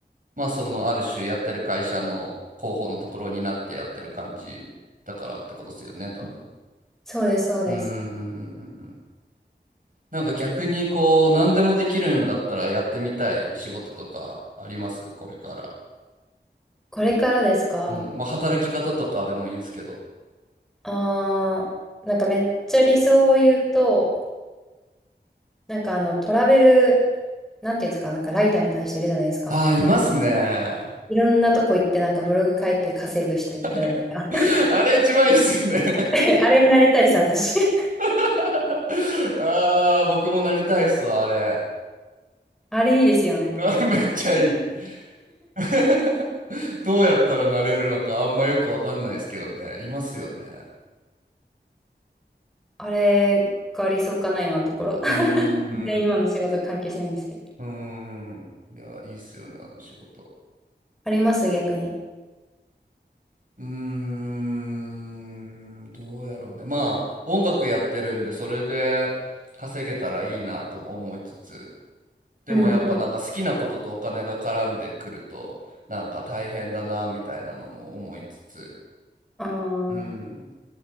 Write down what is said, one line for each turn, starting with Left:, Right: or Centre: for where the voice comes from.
Right: まあ、その、ある種やってる会社の広報のところになってやってる感じだからってことですよね、多分。
Centre: そうです、そうです。
Right: うん、うん、うん、うんうん。なんか逆にこう、何でもできるんだったらやってみたい仕事とかありますこれから。
Centre: これからですか
Right: うん。まあ、働き方とかでもいいんですけど。
Centre: あー、なんかめっちゃ理想を言うと、なんかあのトラベル、なんていうんですか、なんかライターみたいな人いるじゃないですか。
Right: ああ、いますね。
Centre: なんかいろんなとこ行ってなんかブログ書いて稼ぐ人いるじゃないですか。
Right: <laughs> あれ一番いいっすよね
Centre: <laughs> えあれになりたいです私。<laughs>
Right: <laughs> ああ、僕もなりたいっすわ、あれ。
Centre: あれいいですよね。
Right: <laughs> うわめっちゃいい。<laughs> どうやったらなれるのかあんまよくわかんないですけどね。いますよね。
Centre: あれが理想かな、今のところ。<laughs>
Right: うーん。
Centre: 全然今の仕事関係しないんですけど
Right: うーん。いや、いいっすよね、あの仕事。
Centre: あります逆に。
Right: うーん。どうやろうね。まあ、音楽やってるんで、それで稼げたらいいなとも思いつつ。でもやっぱなんか好きなこととお金が絡んでくるとなんか大変だなみたいなのも思いつつ、
Centre: うんうん。ああ、
Right: うん、